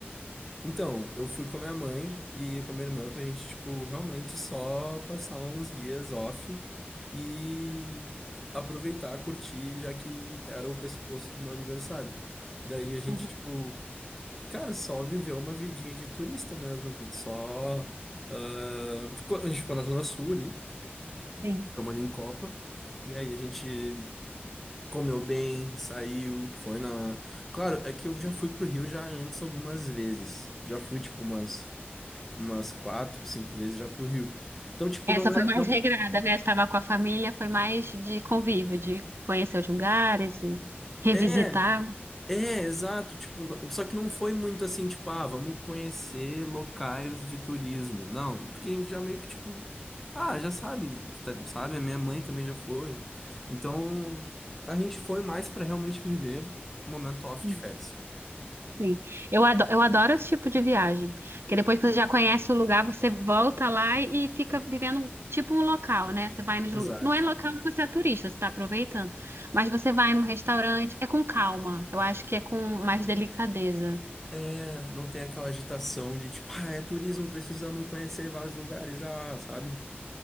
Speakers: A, in the centre; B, on the right.
A: Então, eu fui com a minha mãe e com a minha irmã pra gente, tipo, realmente só passar uns dias off e aproveitar, curtir, já que era o pressuposto do meu aniversário. Daí a gente,
B: Uhum,
A: tipo, cara, só viveu uma vidinha de turista mesmo, a gente só. ah, ficou- a gente ficou na Zona Sul ali,
B: Sim.
A: ficamos ali em Copa, e aí a gente comeu bem, saiu, foi na. Claro, é que eu já fui pro Rio já antes algumas vezes. Já fui, tipo, umas umas quatro, cinco vezes já pro Rio. Então, tipo,
B: Essa
A: não
B: foi
A: era.
B: mais
A: Não,
B: regrada, né? Você estava com a família, foi mais de convívio, de conhecer os lugares e revisitar.
A: é, é, exato. Tipo, não- só que não foi muito assim, tipo, ah, vamos conhecer locais de turismo. Não, porque a gente já meio que, tipo, ah, já sabe, tá- sabe? A minha mãe também já foi. Então, a gente foi mais pra realmente viver o momento off
B: Uhum.
A: de férias.
B: Sim. Eu adoro, eu adoro esse tipo de viagem. Porque depois que você já conhece o lugar, você volta lá e fica vivendo tipo um local, né? Você vai nos
A: Exato.
B: lu- Não é local que você é turista, você está aproveitando. Mas você vai num restaurante, é com calma. Eu acho que é com mais delicadeza.
A: É, não tem aquela agitação de tipo, ah, é turismo, precisamos conhecer vários lugares, ah, sabe?